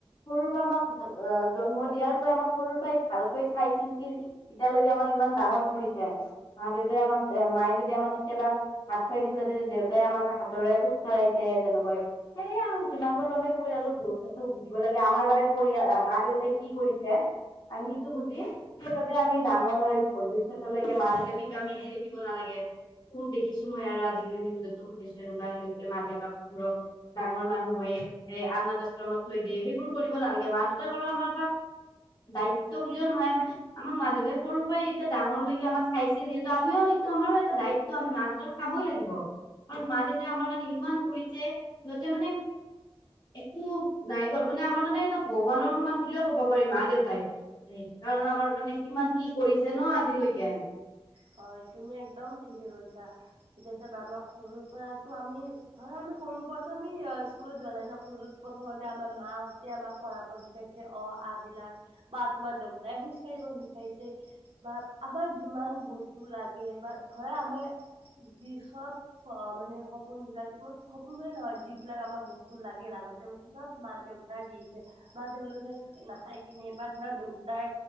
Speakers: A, on the left; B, on the right.
A: সৰুৰ পৰা আমাক জন্ম দিয়াৰ পৰা আমাক সৰু পৰাই ভালকৈ চাই চিন্তি এতিয়ালৈকে আমাক ইমান ডাঙৰ পৰিছে মা দেউতাই আমাক এ মায়ে যদি আমাক কেতিয়াবা হাত খুৱাই দিছিলে তেয়া দেউতাই আমাক হাতৰে খোজকাঢ়িছে যেনেকৈ। সেয়ে আৰু যিমান গাৰো আমি পৰিালো ঘৰু দিব লাগে আমাৰ বাৰে পৰি মা দেউতাই কি কৰিছে। আমি সেইটো বুজি সেইবাবে আমি ডাঙৰ হয় ভ চতলৈকে মা দেউতাকো আমি হেৰি দিব নালাগে খুত দেখিছো মই আৰু আজিকালি নিউজতো শুনিছো এনেকুৱা সিহঁতে মা দেউতাকুৰক ডাঙৰ মানুহ হয় এ আন্নাথ আশ্ৰমত থৈ দিয়ে সেইবোৰ কৰিব নালাগে মা দেউতাক ঘ আমাৰ ত দায়িত্ব বুলিুলিয়ও নহয় আমি আমাক মা দেউতাই সৰুৰ পৰাই এতিয়া ডাঙৰলৈকে আমাক চাইছে যিহেতু আমিও টো আমাৰো এটা দায়িত্ব আমি মা দেউতাক চাবই লাগিব। আৰু মা দেউতাই আমাৰ কাৰণে ইমান কৰিছে সিহঁতে মানে একো নাই ক মানে আমাৰ কাৰণে এটা ভগৱানৰ সমান বুলিুলও কব পাৰি মা দেউতাই। সেইকাৰণে আমাৰ মানে কিমান কি কৰিছে ন আজিলৈকে।
B: হয় তুমি একদম ঠিকে কৈছা ঠিক আছে আমাক সৰুৰ পৰাতটো আমি ধৰ আমি সৰুৰ পৰাৰতো আমি স্কুলত যোৱা নাই ন সৰুত প্ৰথমতে আমাৰ মাহঁতে আমাক পঢ়াব শিকাইছে অ আ বিলাক বা তোমাৰ দেউতাই খোজ কাঢ়িব সোজকাঢ়িছে। বা আমাৰ যিমান বস্তু লাগে বা ধৰা আমাৰ যি চব অ' মানে সপোন বিলাক সপোন বো নহয় যিবিলাক আমাক বস্তু লাগে লাগতে বস্তু চব মা দেউতা দিছে বা তেওঁলোকে নাখাই কিনে বা ধৰক দেউতাৰ